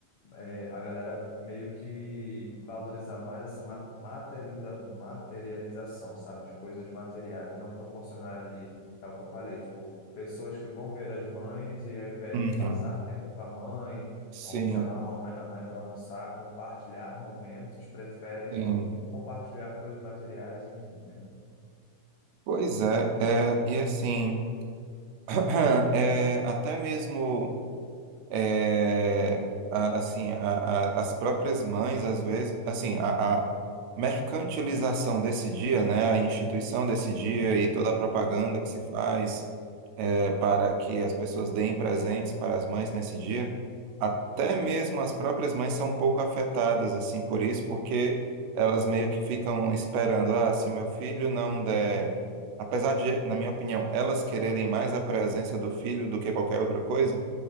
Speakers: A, on the left; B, on the right.
A: é, a galera meio que valorizar mais essa ma- materializa- materialização, sabe, de coisas materiais, não proporcionar ali, é o que eu falei, tipo, pessoas que vão ver as mães e ao invés
B: uhum.
A: de passar tempo com a mãe,
B: Sim,
A: almo- chamar uma mãe, a mãe para almoçar, compartilhar momentos, preferem
B: sim.
A: compartilhar coisas materiais, enfim, né?
B: Pois é, é, e assim, <clears throat> é, até mesmo. é, a- assim, a- a- as próprias mães, às vezes, assim, a, a mercantilização desse dia, né, a instituição desse dia e toda a propaganda que se
A: Sim.
B: faz é, para que as pessoas deem presentes para as mães nesse dia, até mesmo as próprias mães são um pouco afetadas, assim, por isso, porque elas meio que ficam esperando, ah, se o meu filho não der... Apesar de, na minha opinião, elas quererem mais a presença do filho do que qualquer outra coisa,